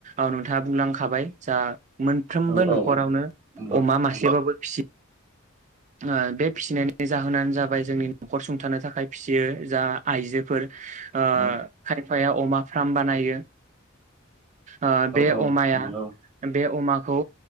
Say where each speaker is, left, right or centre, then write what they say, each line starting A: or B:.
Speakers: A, on the right; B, on the right.
A: ओ नोंथाङा बुंलांखाबाय जा मोनफ्रोमबो
B: औ औ
A: न'खरावनो
B: औ नंगौ
A: अमा मासेबाबो फिसि ओ बे फिसिनायनि जाहोनानो जाबाय जोंनि न'खर सुंथानो थाखाय फिसियो जा आइजोफोर ओ
B: औ
A: खाय फाया अमा फ्राम बानायो। ओ बे
B: औ
A: अमाया
B: नंगौ
A: बे अमाखौ